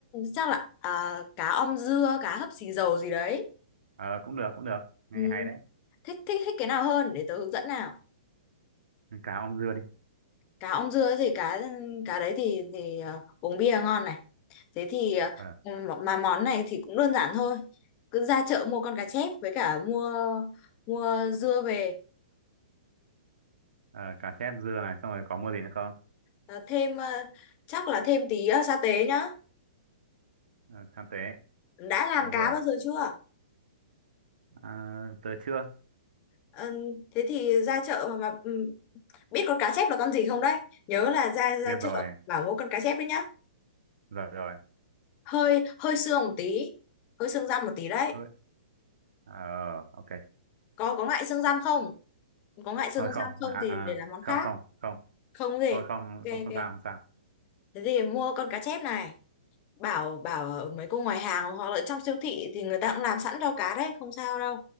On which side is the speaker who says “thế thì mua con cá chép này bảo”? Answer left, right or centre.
Left